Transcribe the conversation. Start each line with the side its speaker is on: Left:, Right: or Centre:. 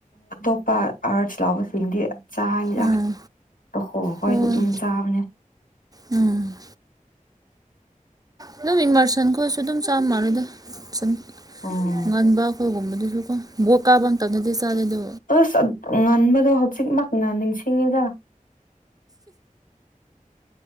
Left: ꯑꯇꯣꯞꯄ ꯑꯥꯔꯠꯁ ꯂꯥꯎꯕꯁꯤꯡꯗꯤ ꯆꯥꯡꯗ
Right: ꯎꯝ
Left: ꯑ ꯍꯣ ꯍꯈꯣꯏꯗꯦ
Right: ꯍꯣꯏ
Left: ꯑꯗꯨꯝ ꯆꯥꯕꯅꯦ
Right: ꯎꯝ ꯑꯗꯨꯝ ꯏꯟꯃꯔꯁꯟ ꯈꯣꯣꯏꯁꯨ ꯑꯗꯨꯝ ꯆꯥꯝ ꯃꯥꯜꯂꯣꯏꯗ ꯁꯨꯝ
Left: ꯎꯝ
Right: ꯉꯟꯕ ꯑꯩꯈꯣꯏꯒꯨꯝꯕꯗꯨꯁꯨ ꯀꯣ ꯕꯣ ꯀꯥꯕꯇꯞꯅꯗꯤ ꯆꯥꯔꯦ ꯑꯗꯨ
Left: ꯑꯁ ꯉꯟꯕꯗꯣ ꯍꯧꯖꯤꯛꯃꯛꯅ ꯅꯤꯡꯁꯤꯡꯉꯒ